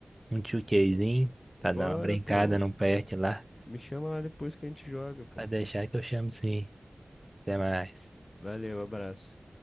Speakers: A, on the right (about 15°); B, on the left (about 50°).
A: um 2Kzinho pra
B: Bora,
A: dar uma brincada,
B: pô.
A: não perde lá.
B: Me chama lá depois que a gente joga, pô.
A: Vai deixar que eu chamo sim. Até mais.
B: Valeu, abraço.